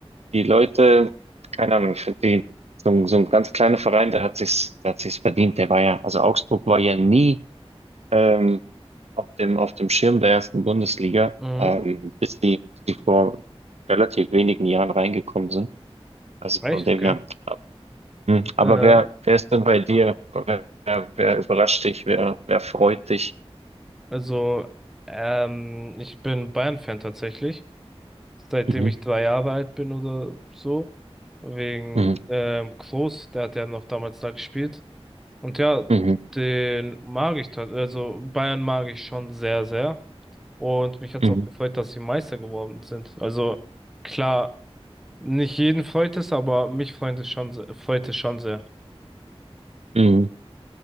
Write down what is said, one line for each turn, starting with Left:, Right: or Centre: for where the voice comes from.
Right: die Leute, keine Ahnung, ich finde die, so, ein- so ein ganz kleiner Verein, der hat sich's, der hat sich's verdient, der war ja, also Augsburg war ja nie, ähm, auf dem, auf dem Schirm der ersten Bundesliga,
Centre: Mhm.
Right: ähm, bis die, bis die vor relativ wenigen Jahren reingekommen sind. Also
Centre: Echt,
Right: von dem
Centre: okay.
Right: her. Hm, Aber
Centre: Äh,
Right: wer, wer ist denn bei dir? Wer, wer, wer überrascht dich? Wer, wer freut dich?
Centre: also, ähm, ich bin Bayern-Fan tatsächlich, seitdem
Right: Mhm.
Centre: ich drei Jahre alt bin oder so. Wegen
Right: Mhm.
Centre: ähm, Klose, der hat ja noch damals da gespielt. Und ja,
Right: Mhm.
Centre: den mag ich, tat- also Bayern mag ich schon sehr, sehr. Und mich hat
Right: Mhm.
Centre: es auch gefreut, dass sie Meister geworden sind. Also klar, nicht jeden freut es, aber mich freut es schon, se- freut es schon sehr.
Right: Mhm.